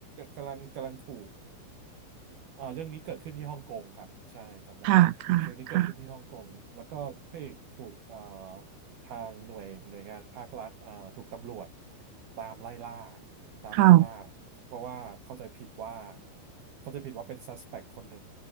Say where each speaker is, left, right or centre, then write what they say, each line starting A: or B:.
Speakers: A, on the right (about 55°); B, on the right (about 75°).
A: กำลังกำลังถูก อ่าเรื่องนี้เกิดขึ้นที่ฮ่องกงครับใช่จำได้ละเรื่องนี้เกิดขึ้นที่ฮ่องกงแล้วก็พระเอกถูกเอ่อ
B: ค่ะค่ะค่ะ
A: ทางหน่วยหน่วยงานภาครัฐเอ่อถูกตำรวจตามไล่ล่าตามไล่ล่า
B: ค่ะ
A: เพราะว่าเข้าใจผิดว่าเข้าใจผิดว่าเป็น suspect คนหนึ่ง